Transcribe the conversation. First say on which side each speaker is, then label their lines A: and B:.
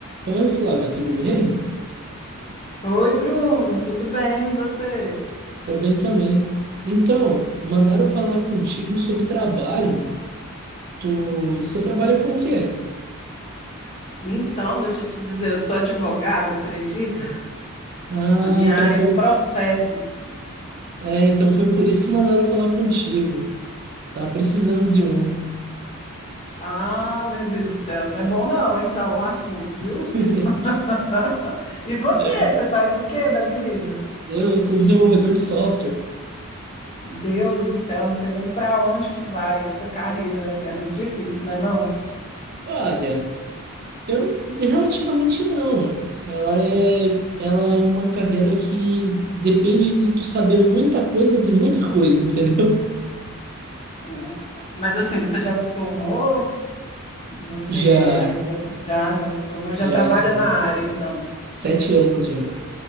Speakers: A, on the right; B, on the left.
A: Oi, Flávia, tudo bem?
B: Oi, Bruno, tudo bem? E Você?
A: Tô bem também. Então, mandaram falar contigo sobre trabalho. Tu, você trabalha com o quê?
B: Então, deixa eu te dizer, eu sou advogada, acredita?
A: Ah,
B: A minha
A: então
B: área
A: foi,
B: é processos.
A: é, então foi por isso que mandaram falar contigo. Tá precisando
B: É.
A: de um.
B: Ah, meu Deus do céu, não é bom não, então, o assunto, viu?
A: <laughs>
B: <laughs> E você,
A: É,
B: você faz o quê da vida?
A: eu sou desenvolvedor de software.
B: Deus do céu, não sei nem para onde que vai essa carreira. É muito difícil, né, não?
A: Olha, eu relativamente não. Ela é, ela é uma carreira que depende de tu saber muita coisa de muita coisa, entendeu?
B: É. Mas assim, você já se formou? Você
A: <laughs> Já,
B: ainda já já se formou? Já
A: já
B: trabalha
A: assim,
B: na área, então?
A: Sete anos já.